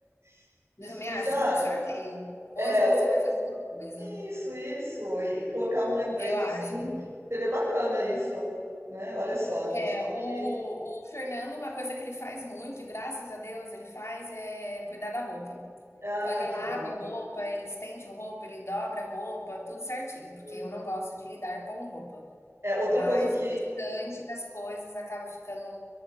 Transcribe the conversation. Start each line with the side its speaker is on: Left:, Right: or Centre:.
Right: <laughs> Distribuísse,
Left: Eu também acho,
Right: ah,
Left: tipo um sorteio. Hoje
Right: é
Left: você vai fazer tal coisa.
Right: Isso, isso. E e colocar um lembrete
Left: Eu acho.
Right: assim, seria bacana isso, né. Olha só, a gente
Left: É, o,
Right: tem que
Left: o Fernando, uma coisa que ele faz muito, e graças a Deus ele faz, é cuidar da roupa.
Right: ai,
Left: Então ele
Right: que
Left: lava
Right: bom.
Left: a roupa, ele estende roupa, ele dobra a roupa, tudo certinho, porque
Right: Uhum.
Left: eu não gosto de lidar com roupa.
Right: É, outra
Left: Mas
Right: coisa que
Left: o restante das coisas acaba ficando